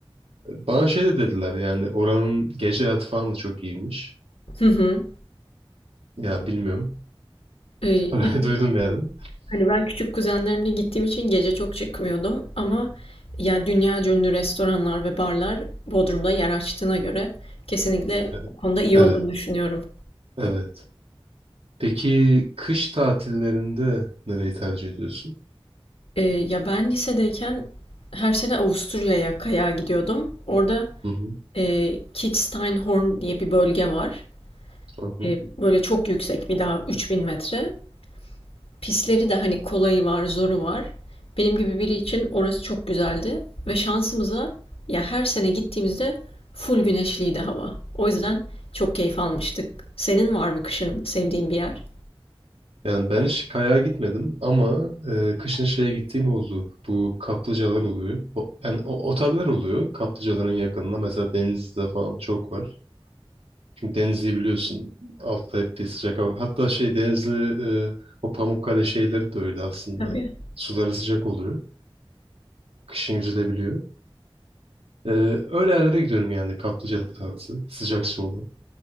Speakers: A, on the right; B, on the left.
A: Bana şey de dediler yani oranın gece hayatı falan da çok iyiymiş.
B: Hı hı.
A: Ya bilmiyorum.
B: E,
A: <laughs> Öyle
B: yani
A: duydum yani.
B: hani ben küçük kuzenlerimle gittiğim için gece çok çıkmıyordum ama ya dünya ünlü restoranlar ve barlar Bodrum'da yer açtığına göre kesinlikle
A: Evet,
B: o konuda iyi
A: evet.
B: olduğunu düşünüyorum.
A: evet. Peki kış tatillerinde nereyi tercih ediyorsun?
B: E, ya ben lisedeyken her sene Avusturya'ya kayağa gidiyordum. Orada
A: Hı hı,
B: e, Kitzsteinhorn diye bir bölge var.
A: hı hı.
B: E, böyle çok yüksek bir dağ 3000 metre. Pisleri de hani kolayı var, zoru var. Benim gibi biri için orası çok güzeldi ve şansımıza ya her sene gittiğimizde full güneşliydi hava. O yüzden çok keyif almıştık. Senin var mı kışın sevdiğin bir yer?
A: Yani ben hiç kayağa gitmedim ama e, kışın şeye gittiğim oldu. Bu kaplıcalar oluyor. O, yani o, oteller oluyor kaplıcaların yakınında. Mesela Denizli'de falan çok var. Çünkü Denizli'yi biliyorsun. Altta hep bir sıcak hava. Hatta şey Denizli e, o Pamukkale şeyleri de öyle aslında.
B: Tabii.
A: Suları sıcak oluyor. Kışın yüzülebiliyor. E, öyle yerlere gidiyorum yani kaplıca tarzı. Sıcak su olan.